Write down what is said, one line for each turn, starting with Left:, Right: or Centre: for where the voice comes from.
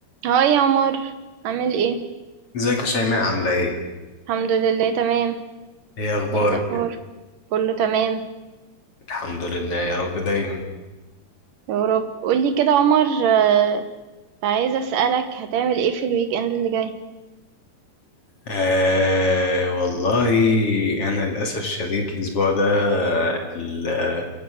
Right: هاي يا عمر عامل ايه
Left: ازيك يا شيماء عاملة ايه؟
Right: الحمد لله تمام
Left: ايه اخبارك؟
Right: ايه الاخبار كله تمام
Left: الحمد لله يا رب دايما
Right: يا رب قولي كده يا عمر آه، عايزه اسالك هتعمل ايه في الويك اند اللي جاي
Left: آه والله انا للاسف شديد الاسبوع ده ال-